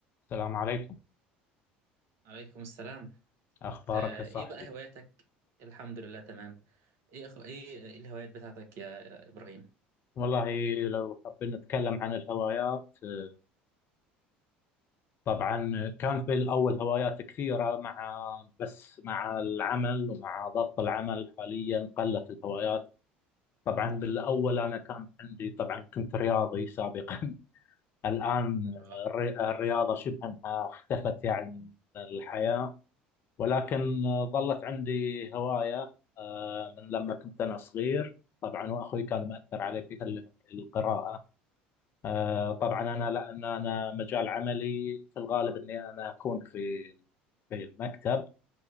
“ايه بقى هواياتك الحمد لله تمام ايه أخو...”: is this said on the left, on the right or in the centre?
Right